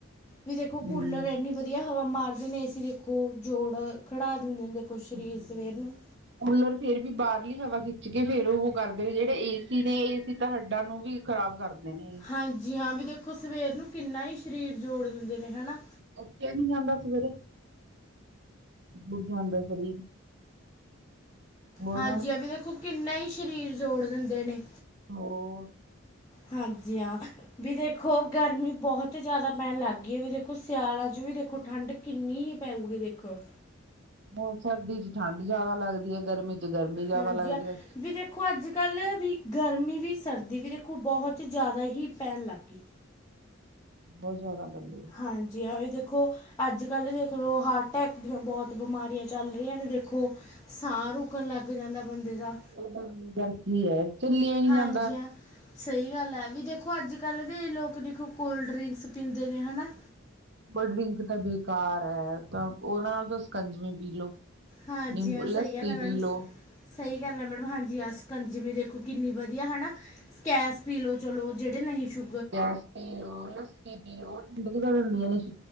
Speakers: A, on the left; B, on the right.
A: ਵੀ ਦੇਖੋ ਕੂਲਰ
B: ਹਮ
A: ਇੰਨੀ ਵਧੀਆ। ਵਧੀਆ ਹਵਾ ਮਾਰਦੇ ਨੇ। ਏ ਸੀਂ ਦੇਖੋ, ਜੋੜ ਖੜਾ ਦਿੰਦੇ ਨੇ। ਦੇਖੋ ਸਰੀਰ
B: ਹੂੰ।
A: ਸਵੇਰ ਨੂੰ
B: ਕੂਲਰ ਫੇਰ ਵੀ ਬਾਹਰਲੀ ਹਵਾ ਖਿੱਚ ਕੇ ਫੇਰ ਉਹ ਕਰਦੇ ਨੇ। ਜਿਹੜੇ ਏ ਨੇ ਇਹ ਏ ਸੀ ਤਾਂ ਹੱਡਾਂ ਨੂੰ ਵੀ ਖ਼ਰਾਬ ਕਰਦੇ ਨੇ।
A: ਹਾਂਜੀ। ਹਾਂ, ਵੀ ਦੇਖੋ ਸਵੇਰ ਨੂੰ ਕਿੰਨਾ ਹੀ ਸਰੀਰ ਜੋੜ ਦਿੰਦੇ ਨੇ ਹੈਨਾ।
B: ਉੱਠਆ ਨੀ ਜਾਂਦਾ ਸਵੇਰੇ। ਬੁੜ ਜਾਂਦਾ ਸਰੀਰ ਹੋਰ
A: ਹਾਂਜੀ।
B: ਮੈਡਮ
A: ਆ ਵੀ ਦੇਖੋ, ਕਿੰਨਾ ਹੀ ਸਰੀਰ ਜੋੜ ਦਿੰਦੇ ਨੇ।
B: ਹੋ
A: ਹਾਂਜੀ। ਹਾਂ, ਵੀ ਦੇਖੋ, ਗਰਮੀ ਬਹੁਤ ਜ਼ਿਆਦਾ ਪੈਣ ਲੱਗ ਗਈ ਹੈ। ਵੀ ਦੇਖੋ ਸਿਆਲਾਂ ਚ' ਵੀ ਦੇਖੋ ਠੰਡ ਕਿੰਨੀ ਹੀ ਪੈਰੀੂਗੀ ਦੇਖੋ,
B: ਉਹ ਸਰਦੀ ਚ' ਠੰਡ ਜਿਆਦਾ ਲੱਗਦੀ ਹੈ। ਗਰਮੀ ਚ' ਗਰਮੀ ਜਿਆਦਾ
A: ਹਾਂਜੀ
B: ਲੱਗਦੀ
A: ਹਾਂ
B: ਹੈ।
A: ਵੀ ਦੇਖੋ, ਅੱਜ ਕੱਲ੍ਹ ਵੀ ਗਰਮੀ ਵੀ ਸਰਦੀ ਵੀ ਦੇਖੋ ਬਹੁਤ ਜ਼ਿਆਦਾ ਹੀ ਪੈਣ ਲੱਗ ਗਈ।
B: ਬਹੁਤ ਜਾਦਾ ਗਰਮੀ।
A: ਹਾਂਜੀ। ਆ ਵੀ ਦੇਖੋ, ਅੱਜ ਕੱਲ੍ਹ ਦੇਖ ਲਓ ਹਾਰਟ ਅਟੈਕ ਦੀਆਂ ਬਹੁਤ ਬਿਮਾਰੀਆਂ ਚੱਲ ਰਹੀਆਂ ਨੇ ਦੇਖੋ। ਸਾਹ ਰੁਕਣ ਲੱਗ ਜਾਂਦਾ ਬੰਦੇ ਦਾ।
B: ਇਹ ਗਰਮੀ ਘਰ ਕੀ ਹੈ। ਚੱਲਿਆ ਨੀ
A: ਹਾਂਜੀ।
B: ਜਾਂਦਾ
A: ਹ ਸਹੀ ਗੱਲ ਹੈ। ਵੀ ਦੇਖੋ ਅੱਜ ਕੱਲ੍ਹ ਦੇ ਲੋਕ ਦੇਖੋ ਕੋਲਡ ਡਰਿੰਕਸ ਪੀਂਦੇ ਨੇ ਹਨਾ।
B: ਬਡਰਿੰਕ ਤਾਂ ਬੇਕਾਰ ਹੈ। ਤਾਂ ਉਹਨਾਂ ਨਾਲ ਤਾਂ ਸਕੰਜਵੇ ਪੀ ਲੋਓ।
A: ਹਾਂਜੀ
B: ਨਿੰਬੂਲੱਸੀ
A: ਹਾਂ ਸਹੀ ਗੱਲ ਹੈ ਮੈਡਮ
B: ਪੀ ਲੋ।
A: ਸਹੀ ਗੱਲ ਹੈ ਮੈਡਮ ਹਾਂਜੀ। ਆ ਸਕੰਜਮੀ ਦੇਖੋ ਕਿੰਨੀ ਵਧੀਆ ਹੈ। ਸਕੈਸ ਪੀ ਲਓ। ਚਲੋ, ਜਿਹੜੇ ਨਹੀਂ ਸ਼ੂ
B: ਗੈਸ ਪੀ ਲੋ, ਲੱਸੀ ਪੀ ਲਓ, ਠੰਡ ਹਦੀ